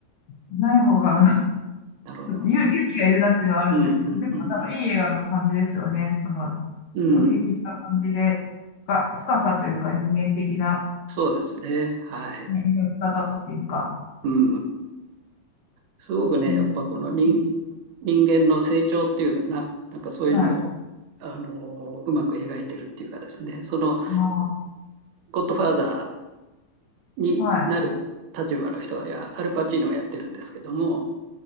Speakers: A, on the left (about 85°); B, on the right (about 80°).
A: ない方が、あの、
B: なるほど。
A: ちょっと勇、勇気がいるなっていうのはあるんですけど、
B: うんうんうん
A: でもなんかいい映画の感じですよね。その、
B: うん。
A: お聞きした感じで、
B: うん。
A: 深、深さというか人間的な、
B: そうですね。はい。
A: ね、描き方っていうか、
B: うん。すごくね、
A: うん、
B: やっぱこの人、
A: うん
B: 人間の成長っていうかな、なんかそういうのを、
A: はい、
B: あのーうまく描いてるっていうかですね、その、
A: ま
B: ゴッドファーザーになる立場の人は、
A: あ、はい、
B: いや、アルパチーノがやってるんですけども、